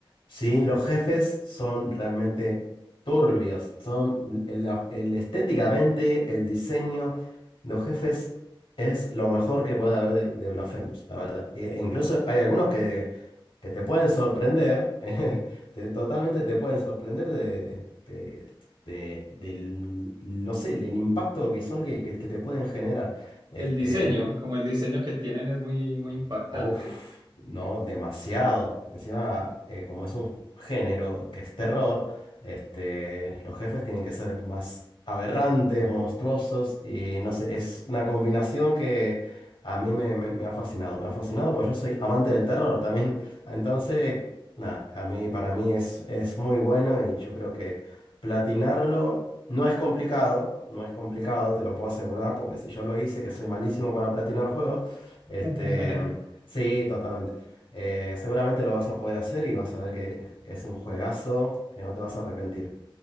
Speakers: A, on the left; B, on the right.
A: Sí, los jefes son realmente turbios. Son el, el estéticamente, el diseño, los jefes es lo mejor que puede haber de, de Blasphemous, la verdad. E incluso hay algunos que, que te pueden sorprender, <laughs> te- totalmente te pueden sorprender de, de- del, no sé, el, el impacto visual que, que- que te pueden generar. Este,
B: El diseño,
A: no,
B: como el diseño que tienen es muy, muy impactante.
A: Uf, no, demasiado. Encima, eh, como es un género que es terror, este, los jefes tienen que ser más aberrantes, monstruosos y no sé, es una combinación que a mí me, me- me ha fascinado. Me ha fascinado porque yo soy amante del terror también. <laughs> Entonces, nada, a mí, para mí es, es muy bueno y yo creo que platinarlo no es complicado, no es complicado, te lo puedo asegurar, porque si yo lo hice, que soy malísimo para platinar juegos, este.
B: <laughs>
A: Sí, totalmente. Eh, seguramente lo vas a poder hacer y vas a ver que, que es un juegazo que no te vas a arrepentir.